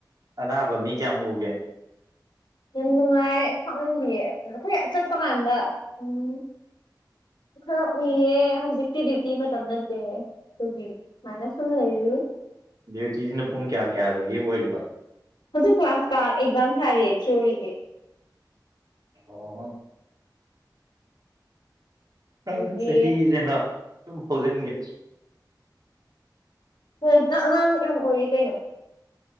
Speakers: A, on the right; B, on the left.
A: ꯑꯅꯥꯕꯝꯃꯤ ꯀꯌꯥꯃ ꯎꯒꯦ
B: ꯌꯥꯝ ꯅꯨꯡꯉꯥꯏ ꯈꯪꯅꯤꯡꯌꯦ ꯑꯩꯈꯣꯏ ꯆꯠꯄ ꯀꯥꯟꯗ ꯎꯝ ꯍ ꯈꯔ ꯎꯏꯌꯦ ꯍꯧꯖꯤꯛꯇꯤ ꯗ꯭ꯌꯨꯇꯤ ꯃꯇꯝ ꯅꯁꯦ ꯑꯩꯈꯒꯤ ꯁꯨꯃꯥꯏꯅ ꯁꯨꯝ ꯂꯩꯔꯤ
A: ꯗ꯭ꯌꯨꯇꯤꯁꯤꯅ ꯄꯨꯡ ꯀꯌꯥ ꯀꯌꯥꯗꯒꯤ ꯑꯣꯏꯔꯤꯕ
B: ꯍꯧꯖꯤꯛ ꯀ꯭ꯂꯥꯁ ꯀ ꯑꯦꯛꯖꯥꯝ ꯊꯥꯔꯤ ꯊꯤꯔꯤꯒꯤ
A: ꯑꯣ ꯅꯪ
B: ꯑꯗꯨꯒꯤ
A: ꯆꯍꯤꯁꯤꯦꯅ ꯑꯗꯨꯝ ꯍꯧꯖꯤꯟꯒꯦ
B: ꯍꯣꯏ ꯑꯉꯥꯡ ꯌꯥꯝ ꯑꯣꯏꯔꯤ ꯀꯩꯅꯣ